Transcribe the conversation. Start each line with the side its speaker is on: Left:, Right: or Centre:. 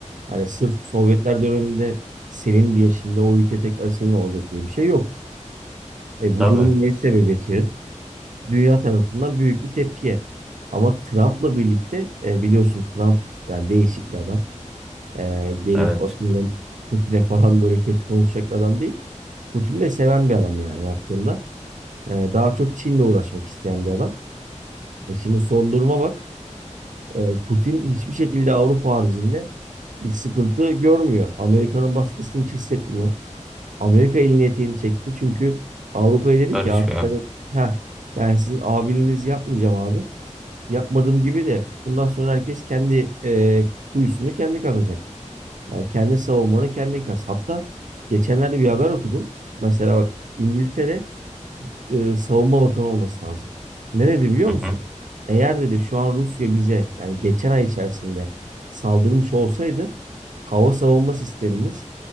Right: Hani sırf Sovyetler döneminde senin diye şimdi o ülke tekrar senin olacak diye bir şey yok. E, bu
Centre: Tabii.
Right: durum ne sebebiyet verir? dünya tarafından büyük bir tepkiye. Ama Trump'la birlikte e, biliyorsun Trump yani değişik bir adam. E, gelip
Centre: Evet.
Right: atıyorum Putin'e falan böyle kötü konuşacak bir adam değil. Putin'i de seven bir adam yani baktığında. E, daha çok Çin'le uğraşmak isteyen bir adam. E şimdi son duruma bak. E, Putin hiçbir şekilde Avrupa haricinde bir sıkıntı görmüyor. Amerika'nın baskısını hiç hissetmiyor. Amerika elini eteğini çekti. Çünkü Avrupa'ya dedi
Centre: Karışmıyor.
Right: ki artık ben, heh, ben sizin abiliğinizi yapmayacağım abi yapmadığım gibi de bundan sonra herkes kendi e, kuyusunu kendi kazacak. Yani kendi savunmanı kendin kaz. Hatta geçenlerde bir haber okudum. Mesela bak İngiltere e, savunma bakanı olması lazım. Nerede biliyor
Centre: Hı
Right: musun?
Centre: hı.
Right: Eğer dedi şu an Rusya bize yani geçen ay içerisinde saldırmış olsaydı hava savunma sistemimiz